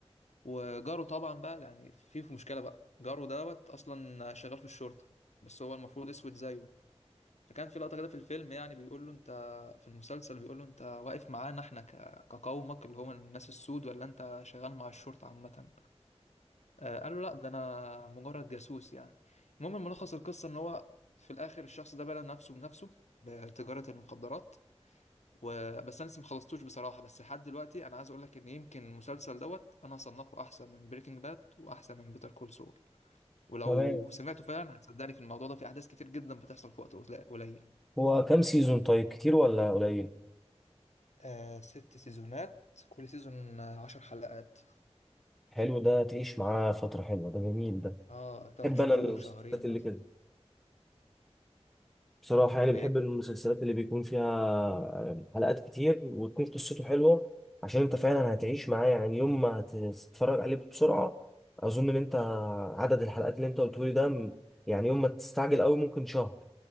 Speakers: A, on the left; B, in the centre.
A: وجاره طبعا بقى يعني في في مشكلة بقى جاره دوت أصلا شغال في الشرطة بس هو المفروض أسود زيه فكان في لقطة كده في الفيلم يعني بيقول له أنت في المسلسل بيقول له أنت واقف معانا إحنا ك... كقومك اللي هم الناس السود ولا أنت شغال مع الشرطة عامة آه، قال له لا ده انا مجرد جاسوس يعني المهم ملخص القصه ان هو في الاخر الشخص ده بلى نفسه بنفسه بتجاره المخدرات وبس انا لسه مخلصتوش بصراحه بس لحد دلوقتي انا عايز اقول لك ان يمكن المسلسل دوت انا هصنفه احسن من بريكنج باد واحسن من بيتر كول سول ولو
B: تمام
A: سمعته فعلا هتصدقني في الموضوع ده في احداث كتير جدا بتحصل في وقت قليل قليل.
B: هو كام سيزون طيب كتير ولا قليل؟
A: آه ست سيزونات كل سيزون آه، عشر حلقات
B: حلو ده تعيش معاه فترة حلوة ده جميل ده
A: اه تلات
B: بحب
A: شهور
B: أنا المسلسلات
A: شهرين
B: اللي
A: مثلا
B: كده بصراحة يعني
A: ليه؟
B: بحب المسلسلات اللي بيكون فيها حلقات كتير وتكون قصته حلوة عشان انت فعلا هتعيش معاه يعني يوم ما هتتفرج عليه بسرعة اظن ان انت عدد الحلقات اللي انت قلتهولي ده م- يعني يوم ما تستعجل قوي ممكن شهر